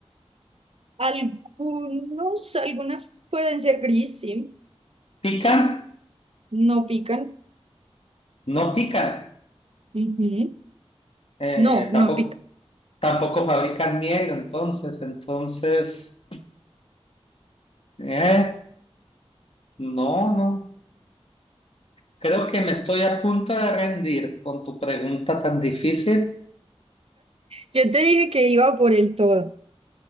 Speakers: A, on the right; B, on the left.
A: Algunos, algunas pueden ser gris, sí,
B: pican,
A: no pican.
B: no pican,
A: Ujú.
B: Eh,
A: No,
B: tampoco,
A: no pican.
B: tampoco fabrican miel, entonces, entonces. Eh, no, no. Creo que me estoy a punto de rendir con tu pregunta tan difícil.
A: Yo te dije que iba por el todo.